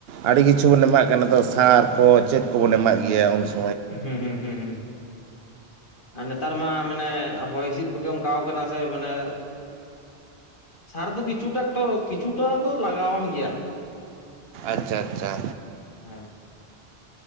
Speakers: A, on the right; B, on the left.
A: ᱟᱹᱰᱤ ᱠᱤᱪᱷᱩ ᱵᱚᱱ ᱮᱢᱟᱜ ᱠᱟᱱᱟ ᱛᱚ ᱥᱟᱨ ᱠᱚ ᱪᱮᱫ ᱠᱚᱵᱚᱱ ᱮᱢᱟᱜ ᱜᱮᱭᱟ ᱩᱱᱚᱭ
B: ᱦᱢᱸ ᱦᱢᱸ ᱦᱢᱸ ᱦᱢᱸ ᱟᱨ ᱱᱮᱛᱟᱨ ᱢᱟ ᱢᱟᱱᱮ ᱦᱚᱭ ᱦᱤᱸᱥᱤᱫ ᱠᱚᱜᱮ ᱚᱱᱠᱟᱣ ᱠᱟᱱᱟ ᱥᱮ ᱢᱟᱱᱮ ᱥᱟᱨ ᱫᱚ ᱠᱤᱪᱷᱩᱴᱟᱠ ᱛᱚ ᱠᱤᱪᱷᱩᱴᱟ ᱫᱚ ᱞᱟᱜᱟᱣᱟᱢ ᱜᱮᱭᱟ᱾
A: ᱟᱪᱪᱷᱟ ᱟᱪᱪᱷᱟ
B: ᱦᱮᱸ